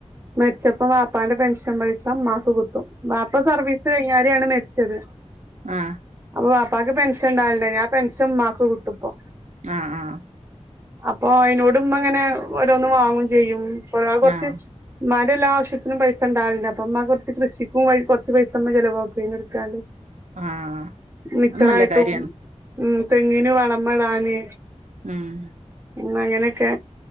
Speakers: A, on the right; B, on the right.
A: മരിച്ചപ്പോ ബാപ്പാന്റെ പെൻഷൻ പൈസ അമ്മാക്ക് കിടും. ബാപ്പ സർവീസ് കഴിഞ്ഞരയാണ് മരിച്ചത്.
B: ആഹ
A: ബാപ്പാക്ക് പെൻഷ ഉണ്ടാവില്ലണ്ട് ആ പെൻഷൻ ഉ്മാക്ക് കുട്ടിപ്പോ.
B: ആഹ ആഹ.
A: അപ്പൊ അയിനോട് അങ്ങനെ ഓരോന്ന് വാങ്ങും ചെയ്യും <unintelligible> കുറച്ച്
B: ആഹ്
A: അമ്മമാടെല്ലാ ആവശ്യതിന് പൈസണ്ടാവില്ലണ്ട്. അപ്പ അമ്മ കുറച്ച് കൃഷിക്കും വ കുറച്ച് പൈസ അമ്മ ചിലവാക്കും ആയീന്ഇട്ത്ക്കാണ്ട്.
B: ആഹ്
A: മിച്ചർ
B: അത് നല്ല
A: അയിട്ടും
B: കാര്യാണ്
A: ഉ തെങ്ങീന് വളമടാന്.
B: ആഹ
A: എന്ന അങ്ങനെ കൊ